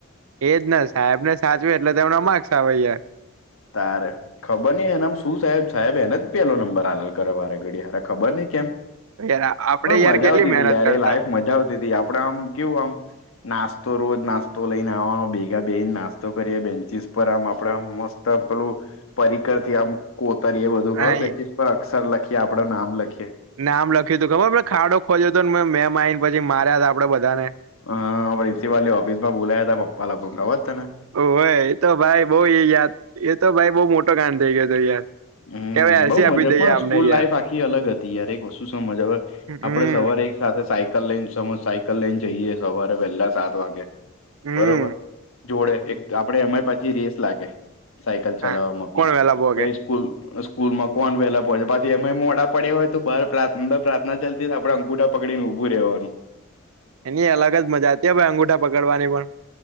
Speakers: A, on the right; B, on the left.
A: એજ ને સાહેબ ને સાચવે એટલે તેમના માકર્સ આવે છે.
B: તારે ખબર નય એનામ શું સાહેબ સાહેબ એને જ પેલો નંબર હલલ કરે વારે ઘડીરે ખબર નય કેમ
A: યાર આપડે
B: પણ
A: યાર
B: મજા
A: કેટલી
B: આવતી
A: મહેનત
B: તી યાર
A: કરતા
B: એ લાઈફ મજા આવતી તી આપડે આમ કેવું આમ નાસ્તો રોજ નાસ્તો લઈને આવવાનો ભેગા બેહેને નાસ્તો કરી બેન્ચિસ પર આમ આપડે મસ્ત ત પેલું પરિકરથી આમ કોતરી એ બધું ખબર
A: આઈ
B: બેન્ચિસ પર અક્ષર લખી એ આપડે નામ લખીએ
A: નામ લખ્યું તું ખબર ખાડો ખોજ્યો હતો મેમ આવીને પછી માર્યા હતા આપડે બધાને.
B: હા પ્રિન્સિપાલ ની ઓફિસ માં બોલાયા હતા પપ્પા લોકોને ખબર છે તને
A: હોવે એ તો ભાઈ બઉ એ યાદ એ તો ભાઈ બહુ મોટો કાંડ થઈ ગયો હતો યાર
B: હમ
A: કે ભાઈ એલસી
B: બઉ મજા
A: આપી દઈએ
B: પણ
A: આમને
B: સ્કૂલ
A: યાર
B: લાઈફ આખી અલગ હતી યાર એક વસ્તુ સમજા આવે
A: હમ
B: આપડે સવારે એક સાથે સાયકલ લઈને સમજ સાયકલ લઈને જઈએ સવારે પહેલા સાત વાગે
A: હમ
B: બરોબર જોડે એક આપડે એમાં પાછી રેસ લાગે સાયકલ ચલાવવામાં
A: હા
B: બી
A: કોણ વેલા ભોગે
B: સ્કૂલ સ્કૂલ માં કોણ વહેલા પહોંચ એમા મોડા પડ્યા હોય તો પ્રાર્થના <unintelligible> આપડે અંગૂઠા પડીને ઉભું રહેવાનું.
A: એની અલગ જ મજા છે ભાઈ અંગૂઠા પકડવાની પણ